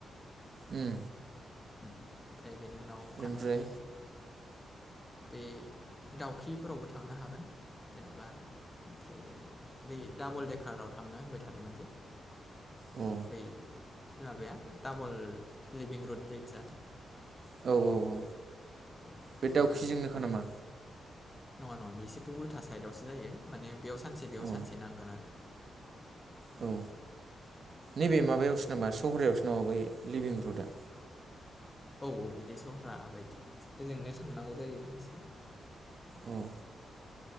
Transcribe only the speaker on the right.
उम
बेनिफ्राय
औ
औ औ औ
बे दाउखिजोंनोखा
नामा
अ
औ नैबे माबायावसो नामा सहरायावसो नामा बै लिभिं रुडा
उम